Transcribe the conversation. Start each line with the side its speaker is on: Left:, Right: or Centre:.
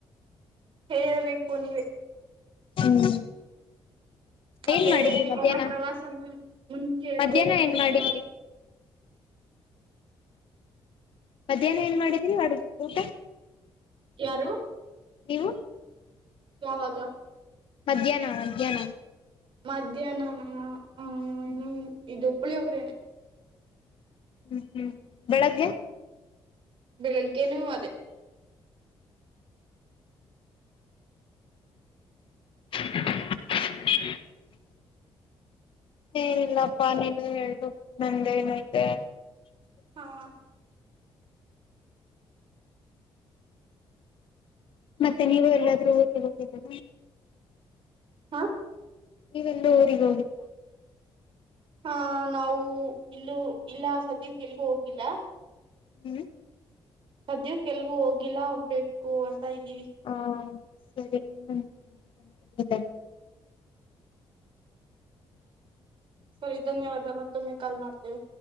Right: ಹೇಳಬೇಕು ನೀವೆ.
Left: ಹ್ಮ್
Right: ಮತ್ತೆ
Left: ಏನ್ ಮಾಡಿದ್ರಿ
Right: ಏನ ಇವಾಗ
Left: ಮಧ್ಯಾಹ್ನ
Right: ಇವಾಗ ಪ್ರವಾಸ ಮುಂಚೆ ಎಲಗೆ
Left: ಮಧ್ಯಾಹ್ನ
Right: ಹೋಗಿದ್ರು
Left: ಏನ್ ಮಾಡಿದ್ರಿ
Right: ಇವಾಗ.
Left: ಮಧ್ಯಾಹ್ನ ಏನ್ ಮಾಡಿದ್ರಿ ಅಡು ಊಟ.
Right: ಯಾರು.
Left: ನೀವು.
Right: ಯಾವಾಗ.
Left: ಮಧ್ಯಾಹ್ನ ಮಧ್ಯಾಹ್ನ.
Right: ಮಧ್ಯಾಹ್ನಾನ ಹ್ಮ್ಮ
Left: ಹ್ಮ್
Right: ಇನ್ನು ಇದು ಪುಳೆಗರಿ ನೆ.
Left: ಹ್ಮ್ ಹ್ಮ್ ಬೆಳಗ್ಗೆ.
Right: ಬೆಳಗ್ಗೆನು ಅದೇ.
Left: <unintelligible> ಏನಿಲ್ಲಪ್ಪಾ ನೀವೇ ಹೇಳ್ಬೇಕು ನಮದು ಏನೈತೆ.
Right: ಹ್ಮ್ಮ್.
Left: ಮತ್ತೆ ನೀವು ಎಲ್ಲಾದ್ರೂ ಹೋಗಿ ಬಂದಿದ್ರ.
Right: ಹ್ಮ್ಮ.
Left: ನೀವೆಲ್ಲೂ ಊರಿಗೆ ಹೋಗಿಲ್ಲ.
Right: ಹಾ ನಾವು ಇಲ್ಲೂ ಇಲ್ಲ ಸದ್ಯಕೆ ಎಲ್ಲಿಗೂ ಹೋಗಿಲ್ಲ.
Left: ಹ್ಮ್.
Right: ಸದ್ಯಕೆ ಏಲ್ಗು ಹೋಗಿಲ್ಲ ಹೋಗಬೇಕು ಅಂತ ಇದ್ದೀವಿ.
Left: ಹ ಸರಿ <unintelligible>
Right: ಸರಿ ಧನ್ಯವಾದ ಮತ್ತೊಮ್ಮೆ ಕಾಲ್ ಮಾಡ್ತೇವೆ.